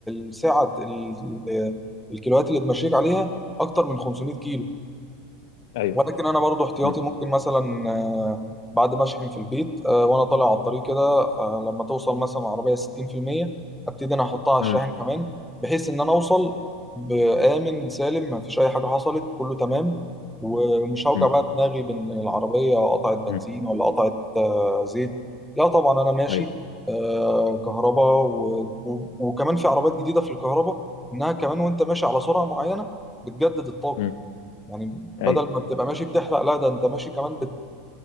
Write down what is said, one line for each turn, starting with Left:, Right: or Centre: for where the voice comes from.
Centre: الساعه ال- ال- الكيلوات اللي تمشيك عليها اكتر من 500 كيلو
Left: ايوه
Centre: ولكن انا برضو احتياطي
Left: امم
Centre: ممكن مثلا آه، بعد ما اشحن في البيت آه، وانا طالع على الطريق كده آه، لما توصل مثلا العربيه 60% ابتدي انا احطها على الشاحن
Left: امم
Centre: كمان بحيث ان انا اوصل بامن سالم ما فيش اي حاجه حصلت كله تمام ومش هوجع
Left: امم
Centre: بقى دماغي بان العربيه قطعت
Left: امم
Centre: بنزين ولا قطعت آه، زيت لا طبعا انا ماشي
Left: ايوه
Centre: آه، كهرباء و... و... وكمان في عربات جديده في الكهرباء انها كمان وانت ماشي على سرعه معينه بتجدد الطاقه
Left: امم
Centre: يعني بدل
Left: ايوه
Centre: ما بتبقى ماشي بتحرق لا ده انت ماشي كمان بت